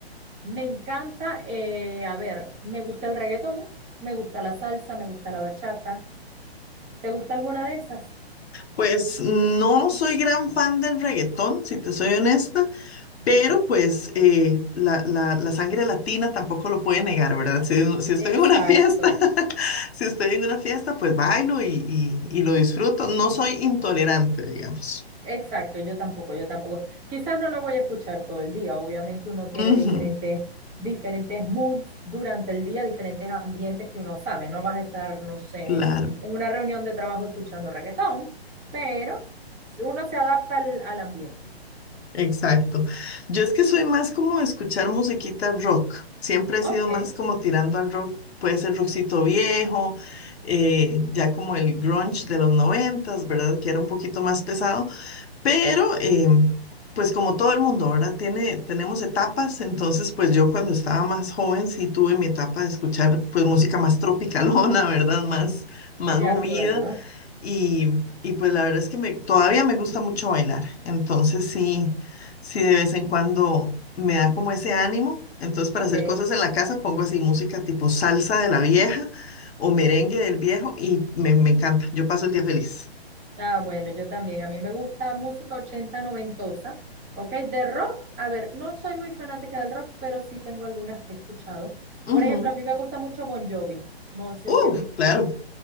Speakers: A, on the right; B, on the left.
A: Me encanta, eh, a ver, me gusta el reggaetón, me gusta la salsa, me gusta la bachata. ¿Te gusta alguna de esas?
B: pues no soy gran fan del reggaetón, si te soy honesta, Pero pues eh, la, la- la sangre latina tampoco lo puede negar, ¿verdad? Si, <laughs> si estoy
A: Exacto,
B: en una fiesta, <laughs> si estoy en una fiesta, pues bailo y, y- y lo disfruto. No soy intolerante, digamos.
A: exacto, yo tampoco, yo tampoco. Quizás no la voy a escuchar todo el día, obviamente uno tiene
B: Ujú,
A: diferentes, diferentes moods durante el día, diferentes ambientes que uno sabe. No vas a estar, no sé,
B: claro,
A: en, en una reunión de trabajo escuchando reggaetón, pero uno se adapta al, al ambiente.
B: exacto. Yo es que soy más como de escuchar musiquita rock. Siempre he
A: Ok,
B: sido más como tirando al rock. Puede ser rockcito viejo, eh, ya como el grunge de los noventas, ¿verdad? Que era un poquito más pesado. Pero, eh, pues como todo el mundo, ¿verdad? Tiene, tenemos etapas, entonces pues yo cuando estaba más joven sí tuve mi etapa de escuchar pues música más tropicalona, <laughs> ¿verdad? Más, más
A: de
B: movida
A: acuerdo,
B: y, y pues la verdad es que me, todavía me gusta mucho bailar, entonces sí, sí de vez en cuando me da como ese ánimo, entonces para
A: ok.
B: hacer cosas en la casa pongo así música tipo salsa de la vieja o merengue del viejo y me, me encanta, yo paso el día feliz.
A: Ah, bueno, yo también. A mí me gusta música 80 noventosa. Ok, de rock, a ver, no soy muy fanática del rock, pero sí tengo algunas que he escuchado. Por
B: Ujú.
A: ejemplo, a mí me gusta mucho Bon Jovi. No sé
B: Uh,
A: si a ti.
B: claro.